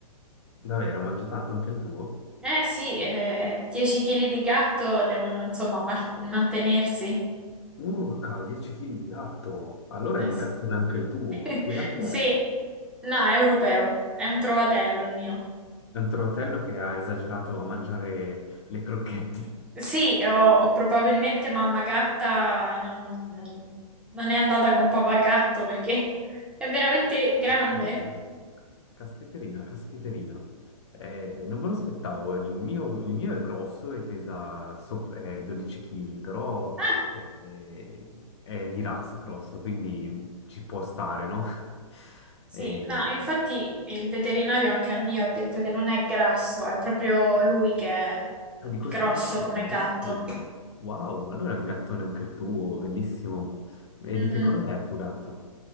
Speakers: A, on the left; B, in the centre.
A: davvero, mangia tanto anche il tuo?
B: Eh sì, eh, 10 kg di gatto devono insomma mar- mantenersi.
A: Urca, 10 kg di gatto! Allora
B: Eh,
A: è un
B: sì.
A: gattone anche il tuo.
B: <laughs>
A: Che gatto
B: Sì,
A: è?
B: no, è europeo, è un trovatello il mio.
A: È un trovatello che ha esagerato a mangiare le crocchette.
B: Sì, ho, ho probabilmente mamma gatta, non, non- non- non è andata con papà gatto perché <laughs> è veramente grande.
A: <laughs> Caspiterina, caspiterina. Eh, non me lo aspettavo. Il mio, il mio è grosso e pesa sop- eh, 12 kg, però
B: Ah,
A: eh, eh, è di razza grosso, quindi ci può stare, no? <laughs>
B: sì,
A: Eh,
B: no, infatti il veterinario anche al mio ha detto che non è grasso, è proprio lui che è
A: ah, di costituzione
B: grosso come
A: addirittura.
B: gatto.
A: Wow, ma allora è un gattone anche il tuo, bellissimo. E
B: Mm-mm.
A: di che colore è il tuo gatto?